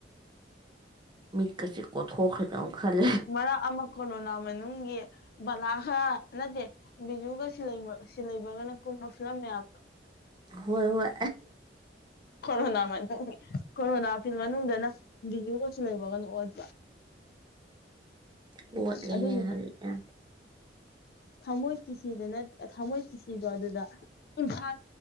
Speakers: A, on the right; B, on the left.
A: ꯃꯤꯠꯀꯁꯤꯦ ꯀꯣꯊꯣ ꯈ꯭ꯔꯗ ꯈꯜꯂꯦ
B: ꯃꯔꯛ ꯑꯃ ꯀꯣꯔꯣꯅꯥ ꯃꯅꯨꯡꯒꯤ ꯕꯂꯥꯍ ꯅꯠꯇꯦ ꯕꯤꯖꯨꯒ ꯁꯤꯂꯩꯕꯒꯅ ꯀꯨꯝꯕ ꯐꯤꯂꯝ ꯃꯌꯥꯝꯗꯣ
A: ꯍꯣꯏ ꯍꯣꯏ
B: ꯀꯣꯔꯣꯅꯥ ꯃ ꯀꯣꯔꯣꯅꯥ ꯐ ꯃꯅꯨꯡꯗꯅ ꯚꯕꯤꯖꯨꯒꯁꯨ ꯂꯩꯕꯒꯅ ꯑꯣꯠ
A: ꯂꯣꯠꯂꯦ
B: ꯑꯗꯨ
A: ꯍꯧꯖꯤꯛꯅ
B: ꯊꯃꯣꯏ ꯀ ꯗꯅ ꯊꯃꯣꯏꯒꯤ ꯁꯤꯗꯣ ꯑꯗꯨꯗ ꯏꯝꯐꯥꯜ